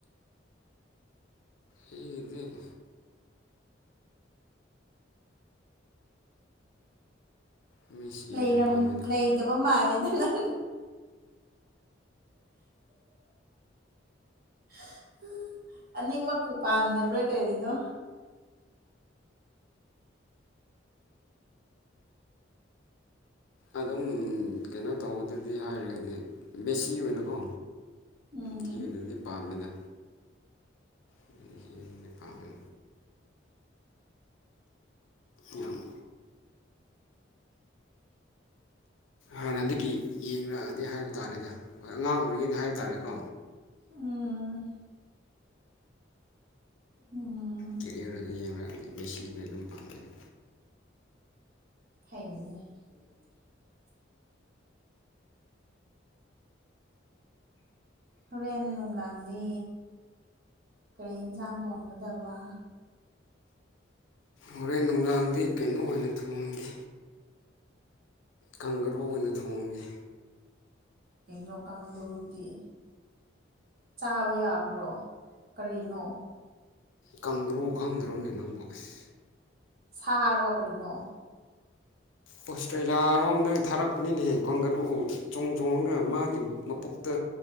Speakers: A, on the left; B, on the right.
A: ꯑꯩꯒꯤꯗꯤ ꯃꯦꯁꯤ ꯑꯣꯏꯅ
B: ꯂꯩꯔꯝ
A: ꯄꯥꯝꯃꯦꯗ
B: ꯂꯩꯇꯕ ꯃꯥꯜꯂꯦꯗ ꯅꯪ <unintelligible> ꯑꯅꯤꯃꯛꯄꯨ ꯄꯥꯝꯗꯕ꯭ꯔꯥ ꯀꯔꯤꯅꯣ
A: ꯑꯗꯨꯝ ꯀꯩꯅꯣ ꯇꯧꯕꯗꯗꯤ ꯍꯥꯏꯔꯒꯗꯤ ꯃꯦꯁꯤ ꯑꯣꯏꯅꯀꯣ
B: ꯎꯝ
A: ꯊꯤ ꯑꯣꯏꯅꯗꯤ ꯄꯥꯝꯃꯦꯗ ꯃꯦꯁꯤ <unintelligible> ꯄꯥꯝꯃꯦ ꯌꯥꯝ ꯍꯥꯟꯅꯗꯒꯤ ꯌꯦꯡꯔꯛꯑꯗꯤ ꯍꯥꯏꯕ ꯇꯥꯔꯦꯗ ꯍꯣꯏ ꯑꯉꯥꯡ ꯑꯣꯏꯔꯤꯉꯩꯗꯤ ꯍꯥꯏꯕ ꯇꯥꯔꯦꯀꯣ
B: ꯎꯝ ꯎꯝ
A: ꯀꯦꯔꯤꯌꯔꯗꯨꯗ ꯌꯦꯡꯔꯛꯑꯅꯤ ꯃꯦꯁꯤꯅ ꯑꯗꯨꯝ ꯄꯥꯝꯃꯦꯗ
B: <unintelligible> ꯍꯣꯔꯦꯟ ꯅꯨꯡꯗꯥꯡꯗꯤ ꯀꯔꯤ ꯍꯤꯟꯁꯥꯡ ꯊꯣꯡꯒꯗꯕ
A: ꯍꯣꯔꯦꯟ ꯅꯨꯡꯗꯥꯡꯗꯤ ꯀꯩꯅꯣ ꯑꯣꯏꯅ ꯊꯣꯡꯒꯤ ꯀꯪꯒꯔꯨ ꯑꯣꯏꯅ ꯊꯣꯡꯉꯒꯦ
B: ꯀꯩꯅꯣ ꯀꯥꯡꯒꯔꯨꯗꯤ ꯆꯥꯕ ꯌꯥꯕ꯭ꯔꯣ ꯀꯔꯤꯅꯣ
A: ꯀꯪꯒꯔꯨ ꯈꯪꯗ꯭ꯔꯣꯅꯦ ꯅꯪꯕꯨ ꯑꯁ
B: ꯁꯥꯔꯣ ꯀꯔꯤꯅꯣ
A: ꯑꯣꯁꯇ꯭ꯔꯦꯂꯥ ꯔꯣꯝꯗꯒꯤ ꯊꯥꯔꯛꯄꯅꯤꯅꯦꯍꯦ ꯀꯪꯒꯔꯨ ꯆꯣꯡ ꯆꯣꯡꯉꯒ ꯃꯥꯒꯤ ꯃꯄꯨꯛ ꯇ